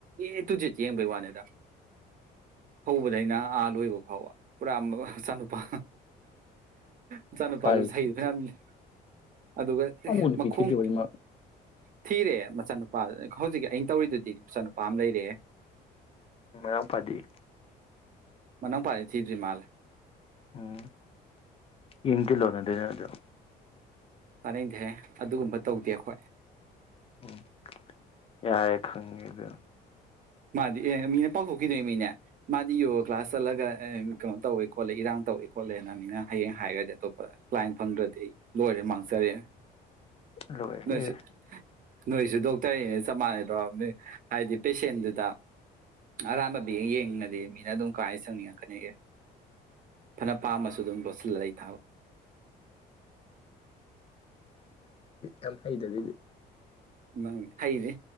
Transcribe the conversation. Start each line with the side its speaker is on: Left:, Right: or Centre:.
Right: ꯑꯦ ꯇꯨ ꯖꯦꯠ ꯌꯦꯡꯕꯩ ꯋꯥꯅꯤꯗ ꯍꯧꯕꯗꯩꯅ ꯑꯥ ꯂꯣꯏꯕ ꯐꯥꯎꯕ ꯄꯨꯔꯥ ꯃꯆꯥꯅꯨꯄꯥ ꯃꯆꯥꯅꯨꯄꯥꯗꯨ
Left: ꯐꯔꯦ
Right: ꯁꯩꯗ ꯊꯅꯝꯃꯤꯅꯤ ꯑꯗꯨꯒ
Left: ꯑꯃꯨꯛ
Right: ꯑꯦ
Left: ꯅꯨꯄꯤ
Right: ꯃꯈꯣꯡ
Left: ꯊꯤꯗ꯭ꯔꯤꯕꯅꯤ ꯃꯥ
Right: ꯊꯤꯔꯦ ꯃꯆꯥꯅꯨꯄꯥꯗꯨꯅ ꯍꯧꯖꯤꯛꯀꯤ ꯑꯩꯅ ꯇꯧꯔꯤꯗꯨꯗꯤ ꯃꯆꯥꯅꯨꯄꯥ ꯑꯃ ꯂꯩꯔꯦꯍꯦ
Left: ꯃꯅꯥꯎ ꯄꯥꯗꯤ
Right: ꯃꯅꯥꯎꯄꯥꯗꯤ ꯊꯤꯗ꯭ꯔꯤ ꯃꯥꯜꯂꯤ
Left: ꯎꯝ ꯏꯟꯗꯤ <unintelligible>
Right: ꯇꯥꯅꯤꯡꯗꯦꯍꯦ ꯑꯗꯨꯒꯨꯝꯕ ꯇꯧꯗꯦ ꯑꯩꯈꯣꯏ
Left: ꯎꯝ ꯌꯥꯔꯦ ꯈꯪꯉꯦꯗ
Right: ꯃꯥꯗꯤ ꯑꯦ ꯃꯤꯅ ꯄꯥꯎꯊꯣꯛꯈꯤꯗꯣꯏ ꯃꯤꯅꯦ ꯃꯥꯗꯤ ꯌꯣꯒꯥ ꯀ꯭ꯂꯥꯁ ꯆꯠꯂꯒ ꯑꯦ ꯀꯩꯅꯣ ꯇꯧꯋꯦ ꯈꯣꯠꯂꯦ ꯏꯔꯥꯡ ꯇꯧꯋꯦ ꯈꯣꯠꯂꯦꯅ ꯃꯤꯅ ꯍꯌꯦꯡ ꯍꯥꯏꯒ꯭ꯔꯗꯤ ꯑꯇꯣꯞꯄ ꯀ꯭ꯂꯥꯏꯟ ꯐꯪꯗ꯭ꯔꯗꯤ ꯑꯩ ꯂꯣꯏꯔꯦ ꯃꯥꯡꯖꯔꯦꯅꯦ
Left: ꯂꯣꯏꯔꯦ
Right: ꯅꯣꯏꯁꯨ ꯅꯣꯏꯁꯨ ꯗꯣꯛꯇꯔꯅꯦꯅ ꯆꯞ ꯃꯥꯟꯅꯩ ꯍꯥꯏꯗꯤ ꯄꯦꯁꯦꯟ ꯗ ꯑꯔꯥꯟꯕ ꯃꯤꯒ ꯌꯦꯡꯉꯗꯤ ꯃꯤꯅ ꯑꯗꯨꯝ ꯀꯥꯏ ꯆꯪꯉꯛꯀꯅꯤꯒꯦ ꯐꯅ ꯄꯥꯝꯃꯁꯨ ꯑꯗꯨꯝ ꯂꯣꯠꯁꯤꯜꯂꯏ ꯊꯥꯕ
Left: ꯌꯥꯝ ꯐꯩꯗ ꯑꯗꯨꯒꯤꯗꯤ
Right: ꯅꯪ ꯍꯩꯅꯤ